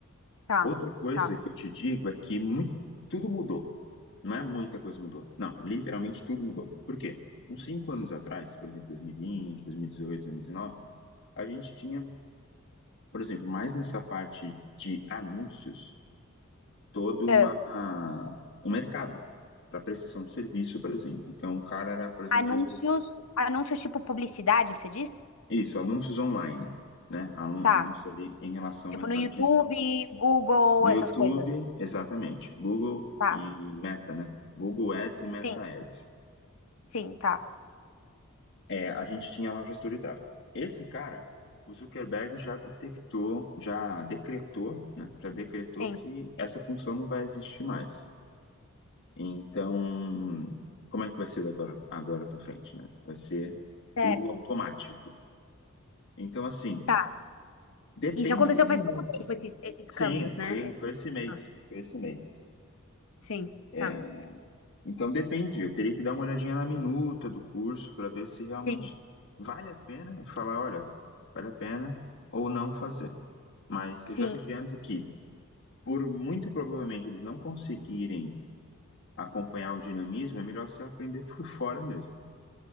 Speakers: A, on the left; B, on the left.
A: Tá,
B: Outra coisa
A: tá.
B: que eu te digo é que mui- tudo mudou, não é muita coisa mudou, não, literalmente tudo mudou. Por quê? Uns cinco anos atrás, por exemplo, 2020, 2018, 2019, a gente tinha, por exemplo, mais nessa parte de anúncios, todo
A: Ah,
B: uma, um mercado para prestação de serviço, por exemplo. Então, o cara era, por exemplo,
A: Anúncios,
B: gestor de.
A: anúncios tipo publicidade, você diz?
B: Isso, anúncios online, né? Anu-
A: Tá.
B: Anúncios ali em relação ao
A: Tipo
B: mercado
A: no YouTube,
B: digital.
A: Google,
B: No
A: essas
B: YouTube,
A: coisas.
B: exatamente. Google
A: Tá.
B: e Meta, né? Google Ads e Meta
A: Sim,
B: Ads.
A: sim, tá.
B: É, a gente tinha lá o gestor de tráfego. Esse cara, o Zuckerberg já detectou, já decretou, né? Já decretou
A: Sim.
B: que essa função não vai existir mais. Então, como é que vai ser agora, agora para frente, né? Vai ser
A: Certo.
B: tudo automático. Então, assim,
A: Tá.
B: depende
A: Isso aconteceu
B: da minuta.
A: faz pouco tempo, esses, esses
B: Sim,
A: câmbios, né?
B: foi,
A: É-
B: foi esse mês.
A: ah,
B: Foi esse mês.
A: Sim,
B: É,
A: tá.
B: então depende. Eu teria que dar uma olhadinha na minuta do curso para ver se realmente
A: Sim,
B: vale a pena falar, olha, vale a pena ou não fazer. Mas
A: sim.
B: eu já te adianto que, por muito provavelmente eles não conseguirem acompanhar o dinamismo, é melhor você aprender por fora mesmo.